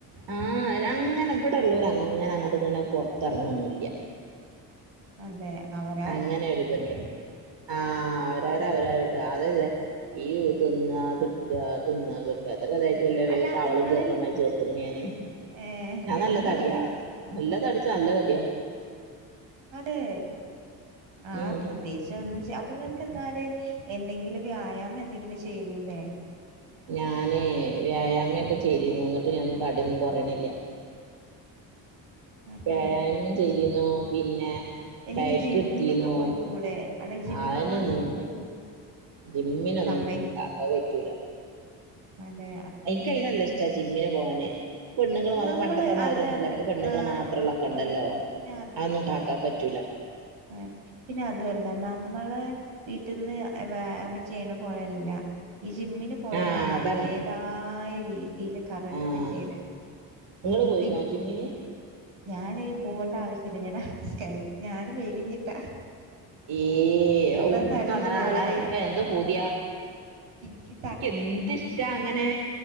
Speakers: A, on the right; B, on the right.
A: ആ അവരഅങ്ങനെ ഇവിടെ ഉള്ളവര് അങ്ങനെ അങ്ങോട്ടും ഇങ്ങനെ പുറത്തിറങ്ങൊന്നില്ല്യ
B: അതെ അവര്
A: അങ്ങനെ എഴുതുണ്ട് ആഹ് അവര്ടെ അവരൊര്ട്ടത അതല്ലേ ഈ തിന്ന് ആ കാ തുന്ന കെടക്ക അതൊക്കെ <unintelligible> ഇതായിട്ട് എല്ല
B: അല്ല
A: താവളയും
B: ഇങ്ങളെ
A: ചേർത്തമായി
B: വീ
A: ചേർക്ക <unintelligible>
B: ഏഹ്
A: ഞാൻ നല്ല
B: ഇങ്ങളെ
A: തടിയാ. നല്ല തടിച്ചാ, നല്ല തടിയാ.
B: അതേ. ആഹ്
A: ഉം
B: പ്രത്യേകിച്ച് ഒന്നും ചെ അപ്പൊ നിക്ക് എന്നാല്, എന്തെങ്കിലും വ്യായാമം എന്തെങ്കിലും ചെയ്തൂടെ?
A: ഞാന് വ്യായാമെക്കെ ചെയ്തിന്ന്. എന്നിട്ട് <unintelligible> തടിയൊന്നും കുറയണില്ല.
B: അതെ
A: വ്യായാമം ചെയ്തിന്നു. പിന്നെ,
B: അല്ലെങ്കി
A: ഡയറ്റ്
B: ജിമ്മിനൊക്കെ
A: എടുത്തിരുന്നു
B: പോയിക്കൂടെ. അല്ലെ ജിം
A: അതിനൊന്നും
B: ക്ലാസ്സിന് പോയിക്കൂ.
A: ജിമ്മിനൊന്നും
B: സമ്മയ്
A: കാക്ക പറ്റൂല.
B: അതേ.
A: യ്ക്ക് നല്ല ഇഷ്ടാ. ജിമ്മിനെ പോവാന്. പെണ്ണുങ്ങള് അത്
B: നമ്മള്
A: പണ്ടത്തെ മാതിരി
B: അതല്ല
A: ഒന്നുമല്ല. ഇപ്പ പെണ്ണുങ്ങള്
B: ആഹ്
A: മാത്രമള്ള ഒക്കെ ഉണ്ടല്ലോ.
B: ഒ പിന്നെ
A: അതൊന്നും കാക്ക ക്ക് പറ്റൂല.
B: ആ. പിന്നെ അതുമല്ല നമ്മളെ വീട്ടിൽന്ന് വ്യായാമം ചെയ്യണ പോലെയല്ല. ഈ ജിമ്മിന് പോയ
A: ആഹ്
B: നല്ല
A: അതാണ്
B: അതിന്റെതായ രീതിയില്, കറക്റ്റ്
A: ആഹ്
B: ചെയ്യണെ.
A: നിങ്ങള് പോയിരുന്നോ
B: പിന്നെ
A: ജിമ്മിന്
B: ഞാന് പോവണ്ട ആവശ്യില്ല. ഞാനാ സ്കെൽ ഞാന് മെലിഞ്ഞിട്ടാ.
A: ഏയ്
B: ഇള്ള
A: ഔ
B: തടി
A: ഇക്ക അങ്ങനെ
B: പോവും
A: ആകാൻ ഇനിക് എന്ത് പൂതിയ.
B: എനിക്ക്
A: ക്ക് എന്ത് ഇഷ്ട്ടാ അങ്ങനെ.